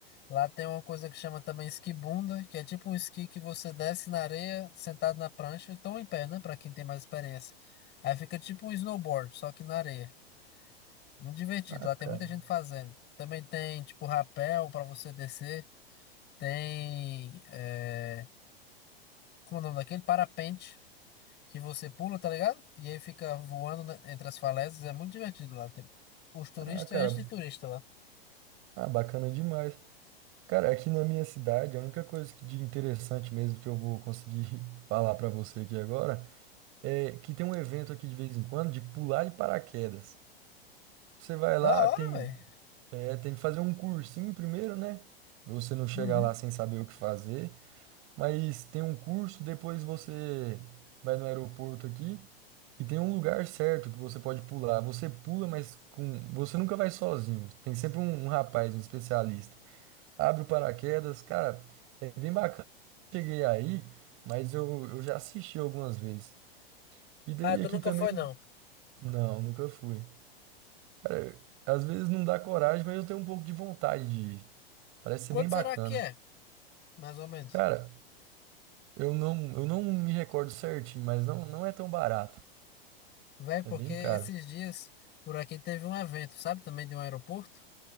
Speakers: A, on the left; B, on the right.
A: Lá tem uma coisa que chama também esquibunda, que é tipo um esqui que você desce na areia, sentado na prancha, então em pé, né? Pra quem tem mais experiência. Aí fica tipo um snowboard, só que na areia. Muito divertido,
B: Ah,
A: lá tem
B: cara,
A: muita gente fazendo. Também tem tipo rapel pra você descer. Tem. É, como é o nome daquele? Parapente, que você pula, tá ligado? E aí fica voando né, entre as falésias. É muito divertido lá. Tem, os turistas
B: ah, cara,
A: enchem de turista lá.
B: ah, bacana demais. Cara, aqui na minha cidade, a única coisa que de interessante mesmo que eu vou conseguir <laughs> falar pra você aqui agora é que tem um evento aqui de vez em quando de pular de paraquedas. Você vai lá,
A: Da hora,
B: tem,
A: velho.
B: é, tem que fazer um cursinho primeiro, né? Você não chega
A: Uhum.
B: lá sem saber o que fazer, mas tem um curso, depois você vai no aeroporto aqui e tem um lugar certo que você pode pular. Você pula, mas com, você nunca vai sozinho. Tem sempre um, um rapaz, um especialista. Abre o paraquedas, cara, é bem bacana. Cheguei aí, mas eu, eu já assisti algumas vezes. E daí
A: Ah, tu
B: aqui
A: nunca
B: também,
A: foi, não.
B: não, nunca fui. Cara, às vezes não dá coragem, mas eu tenho um pouco de vontade de ir. Parece
A: Quanto
B: ser bem bacana.
A: será que é, mais ou menos?
B: Cara, eu não, eu não me recordo certinho, mas não, não é tão barato.
A: Véi, porque
B: É bem
A: esses
B: caro.
A: dias por aqui teve um evento, sabe? Também de um aeroporto.